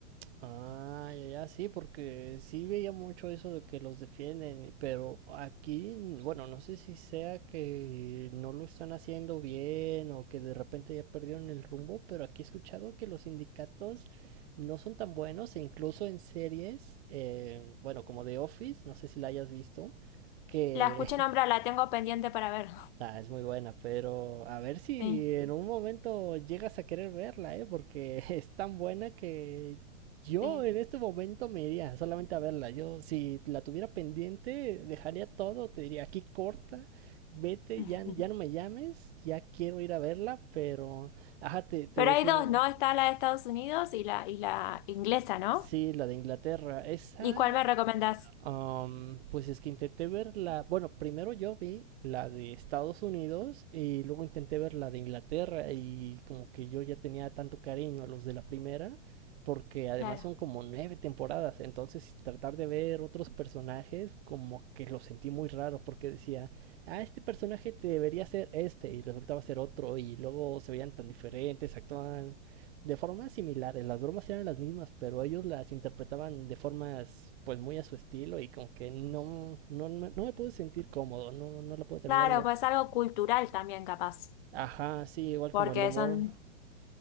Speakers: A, on the right; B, on the left.
A: Ah, ya, ya, sí, porque sí veía mucho eso de que los defienden, pero aquí, bueno, no sé si sea que no lo están haciendo bien o que de repente ya perdieron el rumbo, pero aquí he escuchado que los sindicatos no son tan buenos e incluso en series, eh, bueno, como The Office, no sé si la hayas visto, que
B: La escuché nombrar, la tengo pendiente para ver.
A: Ah, es muy buena, pero a ver si
B: Sí,
A: en un momento llegas a querer verla, ¿eh? Porque <laughs> es tan buena que yo
B: sí.
A: en este momento me iría solamente a verla. Yo si la tuviera pendiente, dejaría todo, te diría, aquí corta, vete,
B: <laughs>
A: ya, ya no me llames, ya quiero ir a verla, pero... Ajá, te, te
B: Pero
A: decía...
B: hay dos, ¿no? Está la de Estados Unidos y la, y la inglesa, ¿no?
A: Sí, la de Inglaterra, esa
B: ¿Y cuál me recomendás?
A: Um, pues es que intenté ver la. Bueno, primero yo vi la de Estados Unidos y luego intenté ver la de Inglaterra y como que yo ya tenía tanto cariño a los de la primera porque además
B: Claro.
A: son como nueve temporadas, entonces tratar de ver otros personajes como que lo sentí muy raro porque decía, ah, este personaje debería ser este y resultaba ser otro y luego se veían tan diferentes, actuaban de formas similares. Las bromas eran las mismas, pero ellos las interpretaban de formas pues muy a su estilo y como que no, no, no no me pude sentir cómodo, no, no la pude terminar
B: Claro,
A: de ver.
B: pues algo cultural también capaz.
A: Ajá, sí, igual
B: Porque
A: como el humor,
B: son,